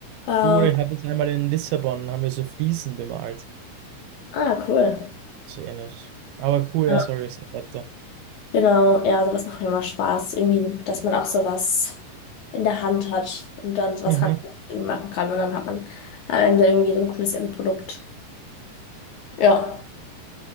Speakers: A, on the left; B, on the right.
A: Ähm,
B: Cool, ich habe jetzt einmal in Lissabon, haben wir so Fliesen bemalt.
A: ah, cool.
B: So ähnlich. Aber cool,
A: Ja,
B: ja, sorry, ist nicht weiter.
A: genau, ja, sowas macht mir immer Spaß. Irgendwie, dass man auch sowas in der Hand hat und dann sowas
B: Mhm,
A: Handwerkliches irgendwie machen kann. Und dann hat man am Ende irgendwie so ein cooles Endprodukt. Ja,